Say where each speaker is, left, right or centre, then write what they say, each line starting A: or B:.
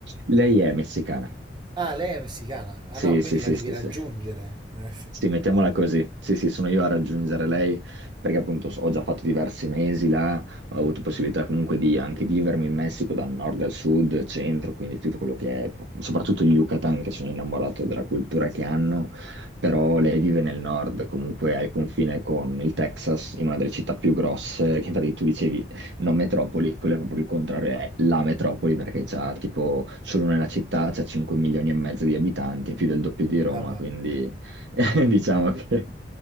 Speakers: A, on the right; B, on the right.
A: Lei è messicana.
B: Ah, lei è messicana. Ah
A: Sì,
B: no, quindi
A: sì, sì,
B: la devi
A: sì,
B: raggiungere.
A: sì.
B: <laughs>
A: Sì, mettiamola così. Sì, sì, sono io a raggiungere lei perché appunto ho già fatto diversi mesi là, ho avuto possibilità comunque di anche vivermi in Messico dal nord al sud, centro, quindi tutto quello che è, soprattutto il Yucatan che sono innamorato della cultura che hanno, però lei vive nel nord, comunque al confine con il Texas, in una delle città più grosse, che infatti tu dicevi non metropoli, quello è proprio il contrario, è la metropoli perché c'ha tipo solo nella città c'ha 5 milioni e mezzo di abitanti, più del doppio di Roma,
B: Vabbè,
A: quindi <laughs> Diciamo che